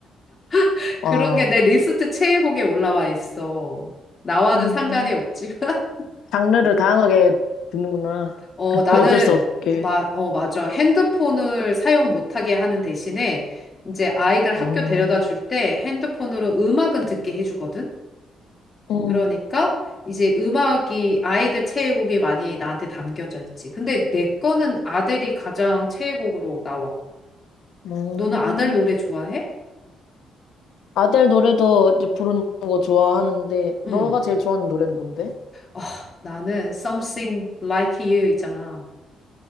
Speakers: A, on the left; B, on the left.
A: <laughs>
B: 와.
A: 그런 게 내 리스트 최애곡에 올라와 있어. 나와는
B: 음.
A: 상관이 없지만.
B: 장르를 다양하게 듣는구나.
A: 어,
B: <laughs>
A: 나는,
B: 어쩔 수 없게.
A: 마, 어, 맞아. 핸드폰을 사용 못하게 하는 대신에 이제 아이들 학교
B: 음,
A: 데려다 줄 때 핸드폰으로 음악은 듣게 해주거든?
B: 음,
A: 그러니까 이제 음악이 아이들 최애곡이 많이 나한테 담겨져 있지. 근데 내 거는 아들이 가장 최애곡으로 나와.
B: 음.
A: 너는 아들 노래 좋아해?
B: 아델 노래도 이제 부르는 거 좋아하는데,
A: 응.
B: 너가 제일 좋아하는 노래는 뭔데?
A: 아, 나는 Something Like You 있잖아.